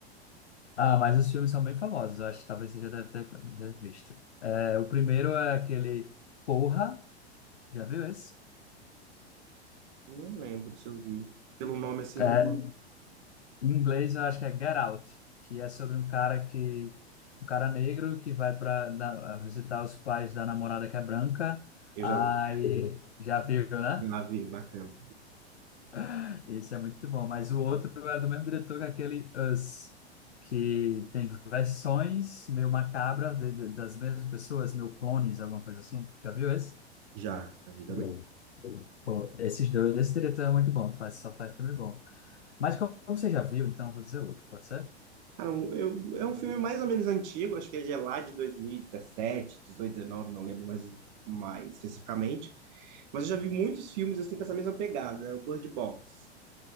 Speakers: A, on the left (about 75°); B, on the right (about 45°).
A: Ah, mas os filmes são bem famosos, eu acho que talvez você já deve ter já visto. É, o primeiro é aquele Corra. Já viu isso?
B: Não lembro se eu vi. Pelo nome assim,
A: É,
B: não.
A: em inglês eu acho que é Get Out, que é sobre um cara que um cara negro que vai para visitar os pais da namorada que é branca.
B: Eu
A: Aí
B: já vi.
A: já viu, né?
B: Já vi, bacana.
A: <laughs> Isso é muito bom, mas o outro é do mesmo diretor que é aquele Us, que tem versões meio macabras de- de- das mesmas pessoas, meio clones, alguma coisa assim. Já viu esse?
B: Já, já vi também.
A: Bom, Pô, esses dois, esse diretor é muito bom, faz, só faz filme bom. Mas como você já viu, então eu vou dizer outro, pode ser?
B: Cara, um- eu- é um filme mais ou menos antigo, acho que é de é lá de 2017, 18, 19, não lembro mais, mais especificamente. Mas eu já vi muitos filmes assim com essa mesma pegada, né? o Bird Box.